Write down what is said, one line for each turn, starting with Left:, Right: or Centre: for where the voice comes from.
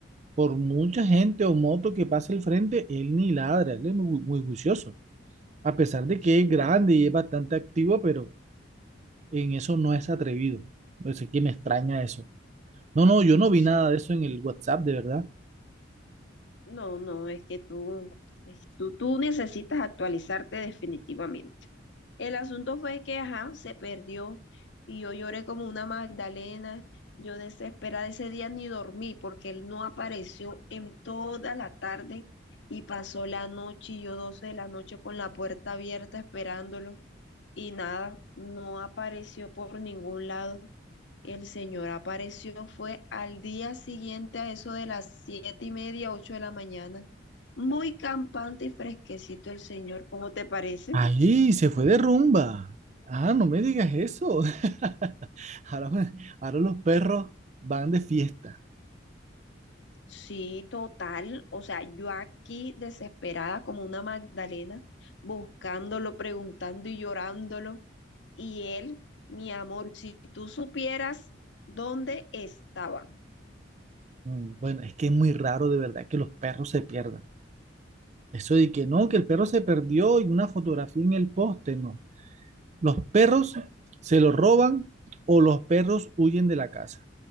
Right: Por mucha gente o moto que pase al frente, él ni ladra, él es muy, muy juicioso. A pesar de
Left: Sí,
Right: que es grande y es bastante activo, pero en eso no es atrevido. Pues es que me extraña eso. No, no, yo no vi
Left: sí.
Right: nada de eso en el WhatsApp, de verdad.
Left: No, no, es que tú, es- tú, tú necesitas actualizarte definitivamente. El asunto fue que, ajá, se perdió y yo lloré como una magdalena. Yo desesperada ese día ni dormí porque él no apareció en toda la tarde y pasó la noche y yo 12 de la noche con la puerta abierta esperándolo y nada, no apareció por ningún lado. El señor apareció fue al día siguiente a eso de las siete y media, ocho de la mañana. Muy campante y fresquecito el señor, ¿cómo te parece?
Right: Ahí se fue de rumba. Ah, no me digas eso. <laughs> Ahora, ahora los perros van de fiesta.
Left: Sí, total. O sea, yo aquí desesperada como una Magdalena, buscándolo, preguntando y llorándolo. Y él, mi amor, si tú supieras dónde estaba.
Right: Mm, Bueno, es que es muy raro de verdad que los perros se pierdan. Eso de que no, que el perro se perdió y una fotografía en el poste, no. Los perros se lo roban o los perros huyen de la casa.